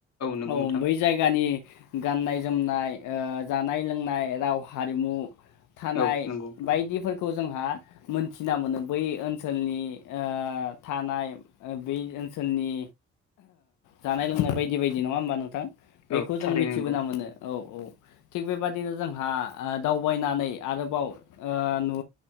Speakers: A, on the left; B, on the left.
A: नंगौ
B: औ
A: नोंथां
B: बै जायगानि गाननाय जोमनाय ओ जानाय लोंनाय राव हारिमु थानाय
A: औ नंगौ
B: बायदिफोरखौ जोंहा मोनथिना मोनो। बै ओनसोलनि ओ थानाय बै ओन सोलनि जानाय लोंनाय बायदि बायदि नङा होमबा नोंथां। बेखौ
A: औ
B: जों
A: थारैनो
B: मिथिबोना
A: नंगौ
B: मोनो। औ
A: <inaudible>
B: औ थिग बेबादिनो जोंहा ओ दावबायनानै आरोबाव ओ नु